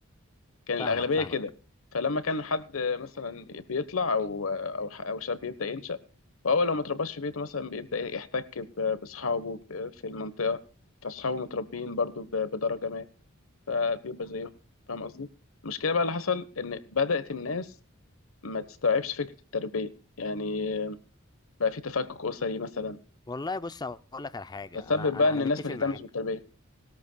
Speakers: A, on the left; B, on the left.
A: كان الأغلبية
B: فاهمك فاهمك
A: كده فلما كان حد مثلا بيطلع أو أو ح- أو شاب يبدأ ينشأ فهو لو ما اترباش في بيته مثلا بيبدأ يحتك ب- بأصحابه ب- في المنطقة فأصحابه متربيين برضو ب- بدرجة ما فبيبقى زيهم فاهم قصدي المشكلة بقى اللي حصل إن بدأت الناس ما تستوعبش فكرة التربية يعني بقى في تفكك أسري مثلا
B: والله بص اقول لك على حاجه
A: بتسبب
B: انا
A: بقى
B: انا
A: إن
B: انا
A: الناس
B: متفق
A: ما
B: معاك
A: تهتمش بالتربية